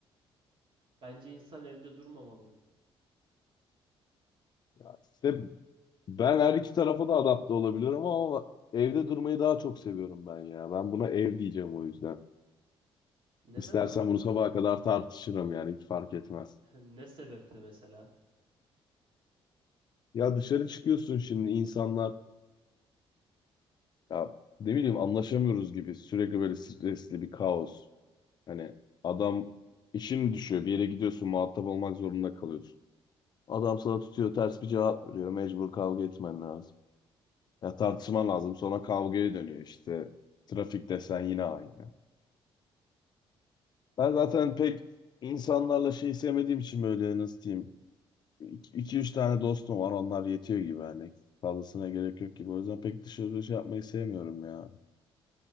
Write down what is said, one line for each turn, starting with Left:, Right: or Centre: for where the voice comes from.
Right: Bence insan evde durmamalı.
Left: Ya işte ben her iki tarafa da adapte olabiliyorum ama evde durmayı daha çok seviyorum ben ya. Ben buna ev diyeceğim o yüzden.
Right: Neden
Left: İstersen
Right: abi?
Left: bunu sabaha kadar tartışırım yani hiç fark etmez.
Right: <laughs> Ne sebeple mesela?
Left: Ya dışarı çıkıyorsun şimdi insanlar Ya ne bileyim anlaşamıyoruz gibi sürekli böyle stresli bir kaos. Hani adam işin düşüyor bir yere gidiyorsun muhatap olmak zorunda kalıyorsun. Adam sana tutuyor ters bir cevap veriyor mecbur kavga etmen lazım. Ya tartışman lazım sonra kavgaya dönüyor işte trafik desen yine aynı. Ben zaten pek insanlarla şey sevmediğim için böyle nasıl diyeyim iki üç tane dostum var onlar yetiyor gibi hani fazlasına gerek yok gibi o yüzden pek dışarı şey yapmayı sevmiyorum ya.